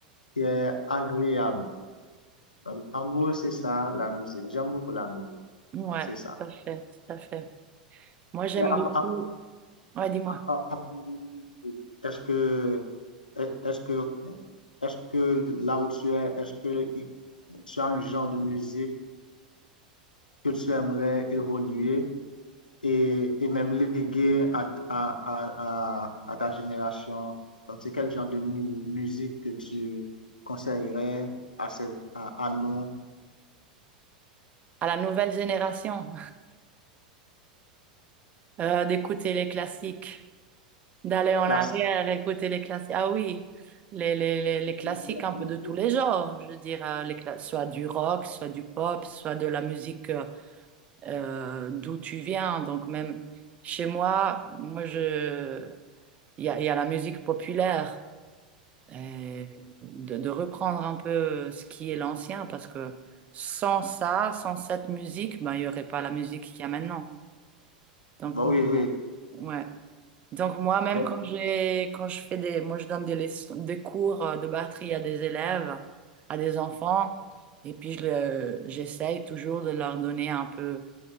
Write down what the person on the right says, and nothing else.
Ouais,
tout à fait, tout à fait. Moi, j'aime
beaucoup,
ouais, dis-moi,
à la nouvelle génération, <laughs> euh, d'écouter les classiques, d'aller en
arrière, écouter les classiques. Ah oui, les, les, les, les classiques
un peu de tous les genres, je veux dire, euh, les cla- soit du rock, soit du pop, soit de la musique euh, euh, d'où tu viens. Donc même chez moi, moi je, il y a, il y a la musique populaire et de, de reprendre un peu ce qui est l'ancien parce que sans ça, sans cette musique, ben il y aurait pas la musique qu'il y a maintenant. Donc
moi-
ouais. Donc moi même
quand j'ai quand je fais des moi je donne des leçons- des cours euh, de batterie à des élèves, à des enfants et puis je le- j'essaye toujours de leur donner un peu